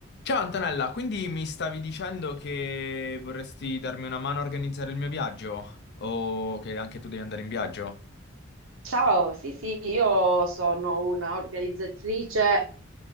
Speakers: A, on the left (about 55°); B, on the right (about 80°).
A: Ciao Antonella, quindi mi stavi dicendo che vorresti darmi una mano a organizzare il mio viaggio? O che anche tu devi andare in viaggio?
B: Ciao, sì, sì, io sono una organizzatrice